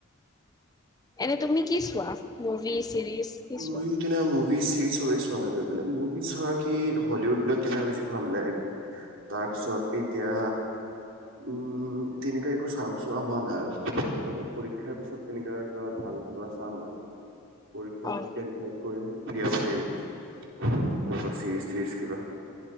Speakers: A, on the left; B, on the right.
A: এনে তুমি কি চোৱা মুভি চিৰিজ কি
B: ময়ো
A: চোৱা?
B: তেনে মুভিচ চিৰিচ সবেই চোৱা হৈ গৈ <unintelligible> মুভি <unintelligible> কি হলিউডবিলাক <unintelligible> বেছি ভাল লাগে, তাৰপিছত এতিয়া, উম তেনেকোৱাই <unintelligible> চোৱা হোৱা নাই আৰু, আৰু এতিয়া পৰীক্ষাৰ পিছত তেনেকোৱা কিবা ভাল কিবা চাম আৰু <unintelligible> তাৰপিছত
A: অ'
B: ফাইড কৰিম। উলিয়াব লাগিব <inaudible> তেনেকোৱা চিৰিজ-চিৰিজ কিবা।